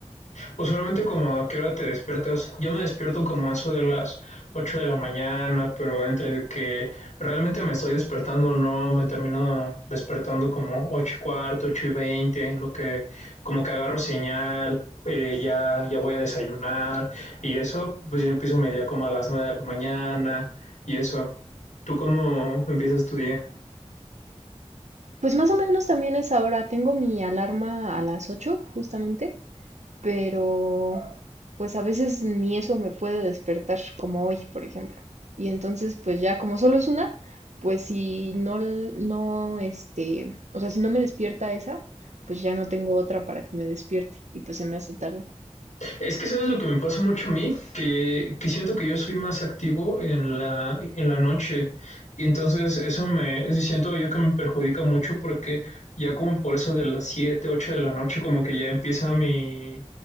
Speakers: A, on the left; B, on the right.
A: o solamente como a qué hora te despiertas. Yo me despierto como a eso de las 8 de la mañana, pero entre que realmente me estoy despertando o no, me termino despertando como 8 y cuarto, 8 y 20 en lo que como que agarro señal. eh, ya, ya voy a desayunar y eso, pues yo empiezo mi día como a las 9 de la mañana y eso. ¿Tú cómo empiezas tu día?
B: Pues más o menos también es ahora, tengo mi alarma a las 8 justamente pero pues a veces ni eso me puede despertar, como hoy, por ejemplo. Y entonces, pues ya como solo es una, pues si no, l- no, este, o sea, si no me despierta esa, pues ya no tengo otra para que me despierte y pues se me hace tarde.
A: Es que sabes lo que me pasa mucho a mí, que, que siento que yo soy más activo en la, en la noche y entonces eso me siento yo que me perjudica mucho porque ya como por eso de las 7, 8 de la noche como que ya empieza mi